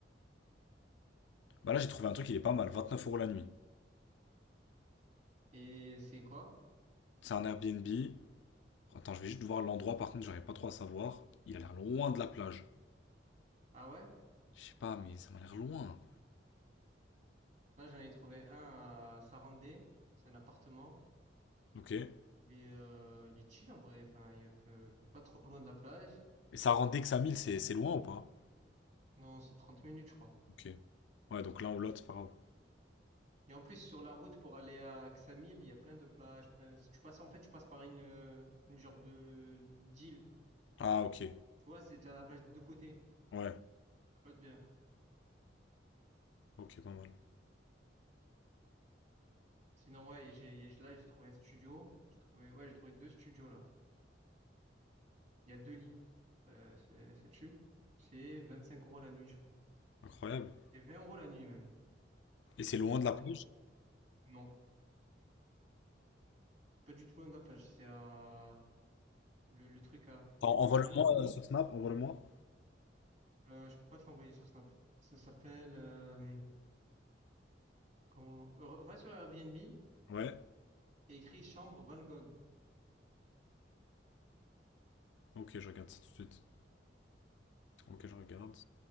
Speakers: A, on the left; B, on the right.
A: Bah là, j'ai trouvé un truc, il est pas mal, 29 euros la nuit.
B: Et c'est quoi?
A: C'est un Airbnb. Attends, je vais juste voir l'endroit, par contre, j'aurais pas trop à savoir. Il a l'air loin de la plage.
B: Ah ouais?
A: Je sais pas, mais ça m'a l'air loin.
B: Là, j'en ai trouvé un à Sarandé. C'est un appartement.
A: Ok, Et
B: Il est, euh, il est chill en vrai. Enfin, il est un peu- pas trop loin de la plage.
A: ça rend dès que 5000, c'est c'est loin ou pas?
B: Non, c'est 30 minutes, je crois.
A: ok. Ouais, donc là, on l'autre, c'est pas grave.
B: Et en plus, sur la route pour aller à Ksamil, il y a plein de plages, plein... Tu passes, en fait, tu passes par une, euh, une genre de d'île.
A: Ah, ok.
B: Tu vois, c'est à la plage des deux côtés.
A: Ouais,
B: Ça peut être bien.
A: ok, pas mal.
B: Sinon, ouais, et j'ai, et là, j'ai trouvé un studio. J'ai trouvé, ouais, j'ai trouvé deux studios, là. Il y a deux lits. Euh, c'est- ça tue. C'est 25 euros la nuit, je crois.
A: Incroyable.
B: C'est 20 euros la nuit, même.
A: Et c'est loin de
B: Ça
A: la
B: revient-
A: plage?
B: Non, pas du tout loin de la plage. C'est à... Le, le truc à...
A: Attends,
B: Attends,
A: envoie-le-moi
B: 20 euros?
A: euh, sur Snap, envoie-le-moi.
B: Euh, je peux pas te l'envoyer sur Snap. Ça s'appelle... euh, Comment... Re- Va sur Airbnb.
A: Ouais,
B: et écrit Chambre Van Gogh.
A: ok, je regarde ça tout de suite. Ok, je regarde.